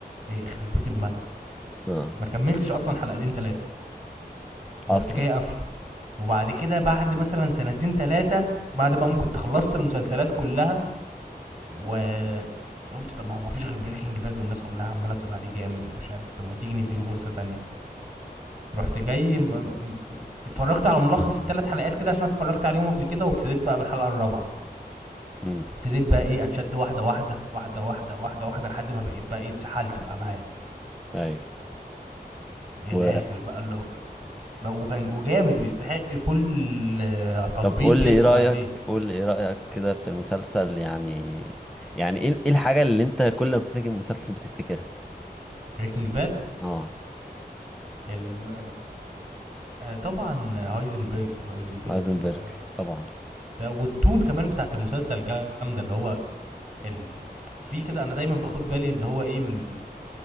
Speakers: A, on the right (about 40°); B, in the centre.
A: ايه يخرب بيت الملل
B: اه
A: ما كملتش اصلا حلقتين ثلاثه ورحت
B: اصلا
A: جاي قافله وبعد كده بعد مثلا سنتين تلاتة بعد بقى ما كنت خلصت المسلسلات كلها و قلت طب ما فيش غير بريكنج باد والناس كلها عماله تقول عليه جامد ومش عارف طب ما تيجي نديله فرصه تانية رحت جاي م... م... اتفرجت على ملخص الثلاث حلقات كده عشان اتفرجت عليهم قبل كده وابتديت بقى من الحلقه الرابعه
B: امم
A: ابتديت بقى ايه اتشد واحده واحده واحده واحده واحده واحده لحد ما بقيت بقى ايه اتسحلت بقى معاه
B: ايوه
A: للاخر
B: و...
A: بقى اللي هو بقى وكان وجامد ويستحق كل آه، تطبيل
B: طب قول
A: بيحصل
B: لي ايه رأيك
A: عليه
B: قول لي ايه رأيك كده في المسلسل يعني يعني ايه ايه الحاجة اللي انت كل ما بتفتكر المسلسل بتفتكرها
A: بريكنج باد
B: اه
A: ال... آه، طبعا هايزنبرج هايزنبرج
B: هايزنبرج
A: آه،
B: طبعا
A: ده والتون كمان بتاعت المسلسل جامده اللي هو ال... في كده انا دايما باخد بالي اللي هو ايه من ال...